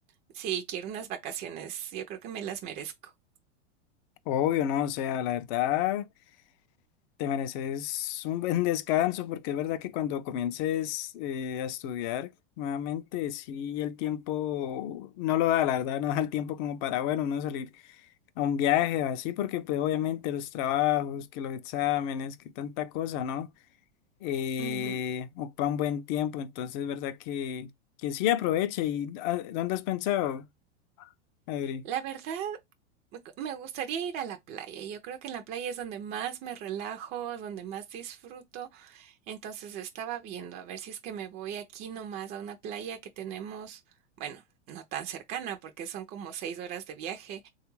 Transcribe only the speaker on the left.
Obvio, ¿no? O sea, la verdad, te mereces un buen <laughs> descanso porque es verdad que cuando comiences eh, a estudiar nuevamente, sí, el tiempo no lo da, la verdad, no da el tiempo como para, bueno, uno salir a un viaje o así, porque pues obviamente los trabajos, que los exámenes, que tanta cosa, ¿no? Eh,
ocupa un buen tiempo, entonces es verdad que, que sí aproveche. ¿Y ah, dónde has pensado, Adri?